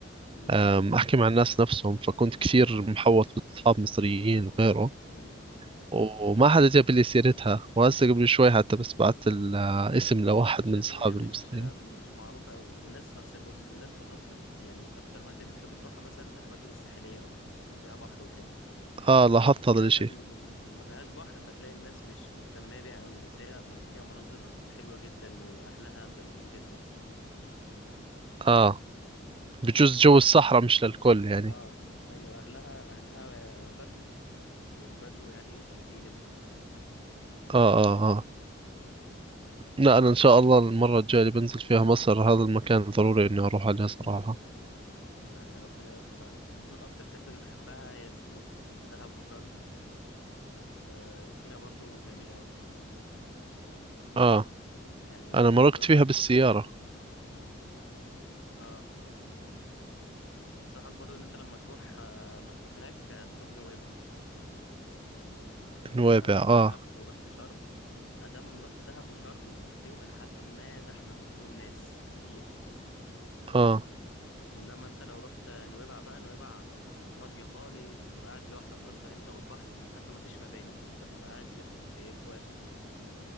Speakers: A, on the left (about 75°); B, on the right (about 25°).
A: مم.
B: آم، احكي مع الناس نفسهم فكنت كثير محوط باصحاب مصريين وغيره
A: مم.
B: وما حدا جاب لي سيرتها وهسه قبل شوي حتى بس بعت الاسم لواحد
A: علشان
B: من اصحابي
A: هي مش
B: المصريين
A: مش معروفة قوي الناس أصل بص الناس في مصر ب- يعني أكتر مناطق بتحب تروحها مثلا الأماكن الساحلية أكتر اللي فيها بحر وكده
B: اه لاحظت
A: فدي
B: هذا
A: عشان
B: الاشي
A: ما فيهاش بحر فتلاقي الناس مش مهتمة بيها قوي بس هي يعني فيها مناظر حلوة جدا وأهلها طيبين جدا
B: اه بجوز جو
A: آه,
B: الصحراء مش للكل يعني
A: آه أيوة أهلها أهلها بدو والبدو يعني طيبين جدا
B: اه اه آه. لا
A: آه
B: أنا إن شاء الله المرة الجاية اللي بنزل فيها مصر هذا المكان ضروري إني أروح عليه صراحة
A: مم، يعني ربنا يوفقها برضه من أكتر الحتت اللي بحبها هي سينا دهب وشرم آه سينا برضو جميلة قوي
B: آه
A: يعني
B: أنا
A: انصحك
B: مرقت
A: لو انت
B: فيها
A: هتروح
B: بالسيارة
A: اه انصحك برضو ان انت لما تروح آه، ما تروح هناك آه، تروح نويبع بقى
B: نويبع
A: انت رحت
B: آه
A: دهب ورحت شرم ادام رحت دهب وشرم هتلاقيهم الى حد ما زحمه او فيهم ناس كتير
B: آه
A: انما انت لو رحت نويبع بقى نويبع آه، فاضيه خالص تبقى قاعد لوحدك اصلا انت والبحر وحتى ما فيش مباني انت بتبقى قاعد في خ- في كواخ